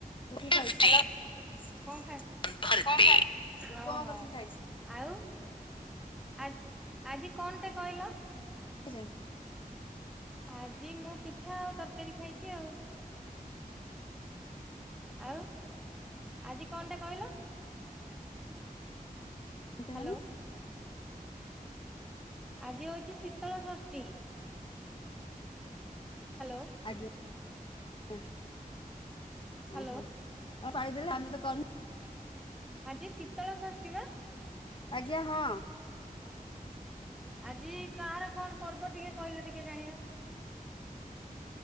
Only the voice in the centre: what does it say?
କଣ ଖାଇ
ଓହୋ
ଆଉ ଆ ଆଜି କଣ ଟେ କହିଲ?
ଆଜି ମୁଁ ପିଠା ଆଉ ତରକାରୀ ଖାଇଚି ଆଉ। ଆଉ ଆଜି କଣଟେ କହିଲ?
ହ୍ୟାଲୋ।
ଆଜି ହଉଚି ଶୀତଳ ଷଷ୍ଠି।
ହାଲୋ।
ହ୍ୟାଲୋ
ଆଜି ଶୀତଳ ଷଷ୍ଠି ବା।
ଆଜି କାହାର କଣ ପର୍ବ ଟିକେ କହିଲେ ଟିକେ ଜାଣିବା।